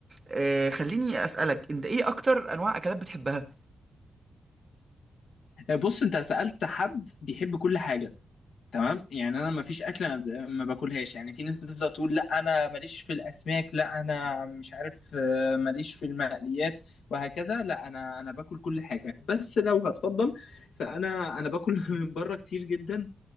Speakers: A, on the right (about 30°); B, on the left (about 75°).
A: آه خليني أسألك أنت إيه أكتر أنواع أكلات بتحبها؟
B: بص انت سألت حد بيحب كل حاجة تمام يعني انا ما فيش اكله ما ب- ما باكلهاش يعني في ناس بتفضل تقول لا انا ماليش في الاسماك لا انا مش عارف آه، ماليش في المقليات وهكذا لا انا انا باكل كل حاجه بس لو هتفضل فانا انا باكل <laughs> من بره كتير جدا